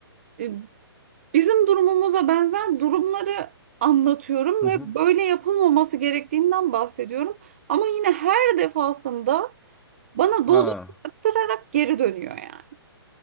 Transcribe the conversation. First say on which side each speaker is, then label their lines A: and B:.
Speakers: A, on the right; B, in the centre.
A: e, bizim durumumuza benzer durumları anlatıyorum
B: Hı
A: ve
B: hı.
A: böyle yapılmaması gerektiğinden bahsediyorum ama yine her defasında Bana dozu
B: Ha,
A: arttırarak geri dönüyor yani.